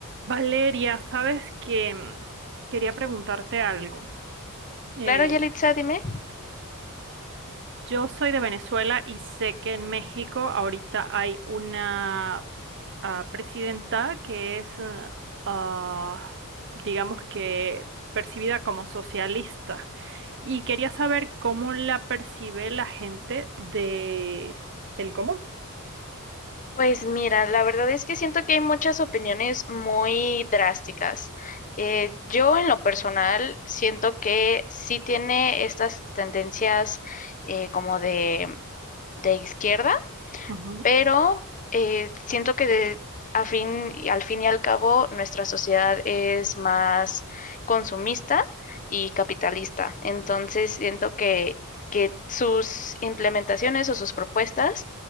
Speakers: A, on the right (about 55°); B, on the left (about 35°).
A: Valeria, sabes que mm, quería preguntarte algo. Eh,
B: Claro, Yalitza, dime.
A: yo soy de Venezuela y sé que en México ahorita hay una ah, presidenta que es, ah, ah, digamos que percibida como socialista. Y quería saber cómo la percibe la gente de, del común.
B: Pues mira, la verdad es que siento que hay muchas opiniones muy drásticas. Eh, yo en lo personal siento que sí tiene estas tendencias eh, como de, de izquierda.
A: Ujú.
B: pero eh, siento que de- a fin, y al fin y al cabo nuestra sociedad es más consumista y capitalista. Entonces siento que, que sus implementaciones o sus propuestas